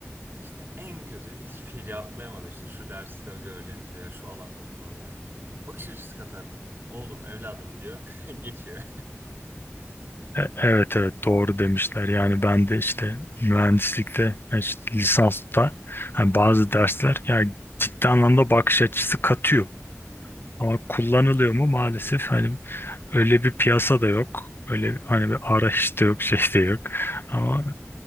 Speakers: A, on the right (about 50°); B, on the left (about 45°).
A: İşte en kötü hiçbir şey cevaplayamadı işte şu derste göreceğiniz veya şu alanda kullanılıyor. Bakış açısı katar. Oğlum evladım diyor. <laughs> Geçiyor.
B: E- Evet evet doğru demişler. Yani ben de işte mühendislikte e, işte lisansta hani bazı dersler yani ciddi anlamda bakış açısı katıyor. Ama kullanılıyor mu maalesef hani öyle bir piyasa da yok. Öyle hani bir arayış da yok <laughs> şey de yok. Ama